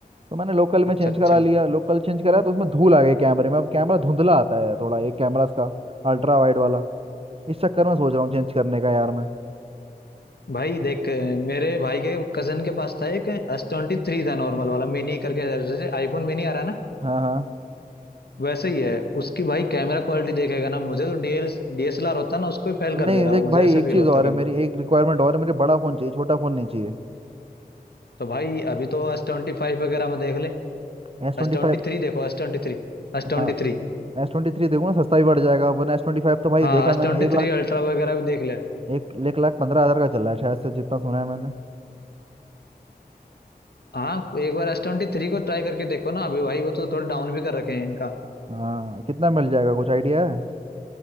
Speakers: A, on the right; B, on the left.
A: तो मैंने लोकल में
B: अच्छा
A: चेंज
B: अच्छा
A: करा लिया लोकल चेंज करा तो उसमें धूल आ गई कैमरे में अब कैमरा धुंधला आता है थोड़ा एक कैमरा इसका अल्ट्रा वाइड वाला इस चक्कर में सोच रहा हूँ चेंज करने का यार मैं
B: भाई देख मेरे भाई के कजन के पास था एक एस ट्वेंटी थ्री था नॉर्मल वाला मिनी करके जैसे आईफोन मिनी आ रहा है ना
A: हाँ हाँ
B: वैसे ही है उसकी भाई कैमरा क्वालिटी देखेगा ना मुझे तो डीएल डीएसएलआर होता ना उसको ही फेल
A: नहीं
B: कर दे रहा
A: लेकिन
B: हूँ मुझे
A: भाई
B: ऐसा
A: एक
B: फील
A: चीज़
B: होता
A: और
B: कभी
A: है मेरी
B: कभी
A: एक रिक्वायरमेंट और है मुझे बड़ा फ़ोन चाहिए छोटा फ़ोन नहीं चाहिए
B: तो भाई अभी तो एस ट्वेंटी फाइव वगैरह में देख ले
A: एस ट्वेंटी
B: एस ट्वेंटी
A: फाइव
B: थ्री देखो S twenty three S twenty
A: हाँ
B: three
A: एस ट्वेंटी थ्री देखो ना सस्ता भी पड़ जाएगा वरना एस ट्वेंटी फाइव तो भाई
B: हाँ
A: देखा
B: एस
A: मैंने
B: ट्वेंटी
A: एक लाख
B: थ्री अल्ट्रा वगैरह भी देख ले
A: एक एक लाख पंद्रह हजार का चल रहा है शायद से जितना सुना है मैंने
B: हाँ एक बार एस ट्वेंटी थ्री को ट्राई करके देखो ना अभी भाई वो तो थोड़ा डाउन भी कर रखे हैं इनका
A: हाँ कितना मिल जाएगा कुछ आइडिया है